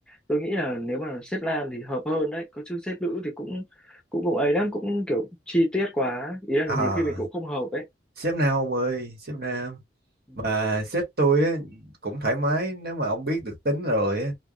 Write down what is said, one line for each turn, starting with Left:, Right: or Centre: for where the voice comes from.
Centre: tôi nghĩ là nếu mà sếp nam thì hợp hơn đấy có chứ sếp nữ thì cũng cũng cũng ấy lắm cũng kiểu chi tiết quá ý là
Right: à
Centre: nhiều khi mình cũng không hợp ấy
Right: sếp Nam ông ơi sếp Nam
Centre: Ừ.
Right: mà sếp tôi á, cũng thoải mái nếu mà ông biết được tính rồi á,